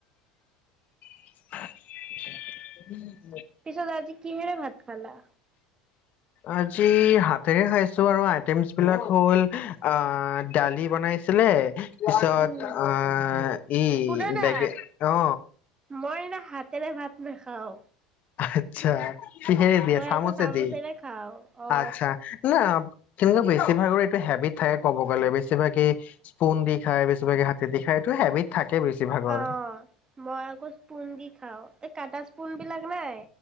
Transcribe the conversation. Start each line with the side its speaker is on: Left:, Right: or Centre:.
Left: <inaudible>
Right: পিছত আজি কিহে ভাত খালা।
Left: আজি হাতেৰে খাইছো আৰু আইটেমছ বিলাক হ'ল আহ দালি বনাইছিলে। পিছত
Right: উম
Left: আহ ই
Right: শুনা না
Left: বেগে অ।
Right: মই না হাতেৰে ভাত নখাও।
Left: আচ্ছা। কিহেৰেদিয়ে চামুচেদি
Right: আকৌ চামুচেৰে খাওঁ অ
Left: আচ্ছা না। কিন্তু বেছিভাগৰ এইটো হেবিট থাকে ক'ব গ'লে বেছিভাগে স্পোন দি খায় বেছিভাগে হাতে দি খায় এইটো হেবিট থাকে। বেছিভাগৰ
Right: অ মই আকৌ স্পোন দি খাও এই কাটা স্পোন বিলাক নাই?